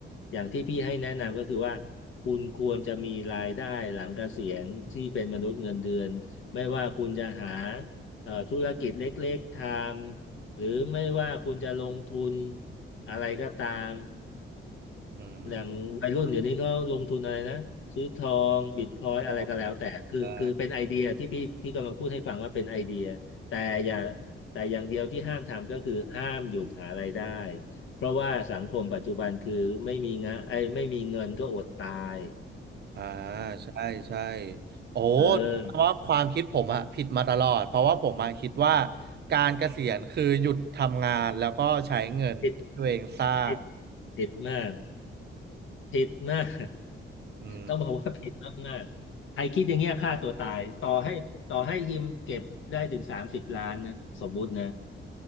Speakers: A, on the left (about 65°); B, on the right (about 50°).
A: อย่างที่พี่ให้แนะนำก็คือว่าคุณควรจะมีรายได้หลังเกษียณที่เป็นมนุษย์เงินเดือนไม่ว่าคุณจะหา เอ่อธุรกิจเล็กๆทำหรือไม่ว่าคุณจะลงทุนอะไรก็ตาม
B: อืม
A: อย่างวัยรุ่นเดี๋ยวนี้เขาลงทุนอะไรนะซื้อทองบิตคอยอะไรก็แล้วแต่คือคือเป็นไอเดียที่พี่พี่กำลังพูดให้ฟังว่าเป็นไอเดียแต่อย่า
B: อ๋อใช่
A: แต่อย่างเดียวที่ห้ามทำก็คือห้ามหยุดหารายได้เพราะว่าสังคมปัจจุบันคือไม่มีงะไอ้ยไม่มีเงินก็อดตาย
B: อ่าใช่ใช่โอ้
A: เออ
B: แปลว่าความคิดผมอะผิดมาตลอดเพราะว่าผมอะคิดว่าการเกษียณคือหยุดทำงานแล้วก็ใช้เงินที่ตัวเองสร้าง
A: ติดติดติดมากติดมาก
B: อืม
A: ต้องบอกว่าผิดมากๆใครคิดอย่างเงี้ยฆ่าตัวตายต่อให้ต่อให้ทีมเก็บได้ถึงสามสิบล้านนะสมมุตินะ